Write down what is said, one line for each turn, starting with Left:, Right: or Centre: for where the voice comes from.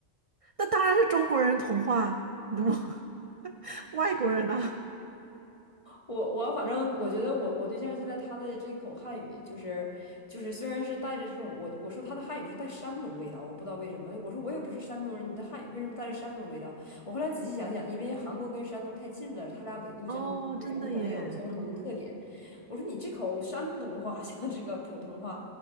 Right: 那当然是中国人童话，我 <laughs> 外国人呢？
Left: 我我反正我觉得我我对象现在他的这口汉语就是就是虽然是带着这种我我说他的汉语是带山东味道，我不知道为什么。我说我也不是山东人，你的汉语为什么带着山东味道？我后来仔细想想，因为韩国跟山东太近了，他俩纬度相同，
Right: 哦，
Left: 人可能有相同的特点。
Right: 真的耶，嗯
Left: 我说你这口山东话 <laughs> 像这个普通话，